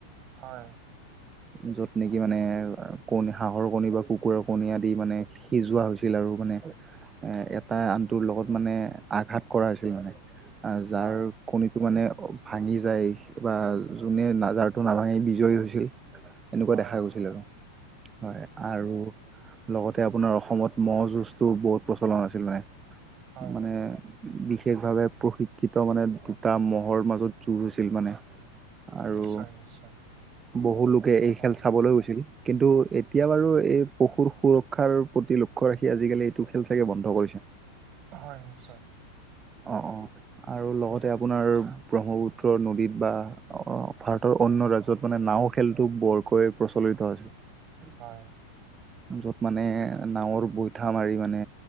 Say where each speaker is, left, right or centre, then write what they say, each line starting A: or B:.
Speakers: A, on the right; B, on the right.
A: হয়।
B: য'ত নেকি মানে কণী হাঁহৰ কণী বা কুকুৰৰ কণী আদি মানে সিজোৱা হৈছিল আৰু মানে এটা আনটোৰ লগত মানে আঘাত কৰা হৈছিল মানে। আ যাৰ
A: হয়
B: কণীটো মানে ভাঙি যায় বা যোনে নাজাৰটো নাভাঙি বিজয়ী হৈছিল। এনেকুৱা
A: হয়
B: দেখা গৈছিল আৰু হয় আৰু লগতে আপোনাৰ অসমত মহ' যুঁজটো বহুত প্ৰচলন আছিল মানে।
A: হয়
B: মানে বিশেষ ভাৱে প্ৰশিক্ষিত মানে দুটা মহৰ মাজত যুঁজ হৈছিল মানে। আৰু
A: নিশ্চয় নিশ্চয়
B: বহু লোক
A: হয়
B: <unintelligible> কিন্তু এতিয়া বাৰু এই পশুৰ সুৰক্ষাৰ প্ৰতি লক্ষ্য ৰাখি আজিকালি টো খেল চাগে বন্ধ কৰিছে
A: হয় নিশ্চয়
B: অ'। আৰু লগতে আপোনাৰ ব্ৰহ্মপুত্ৰ নদীত বা ভাৰতৰ অন্য ৰাজ্যত মানে নাও খেলটো বৰকৈ প্ৰচলিত হৈছিল।
A: হয়।
B: য'ত মানে নাৱৰ বৈঠা মাৰি মানে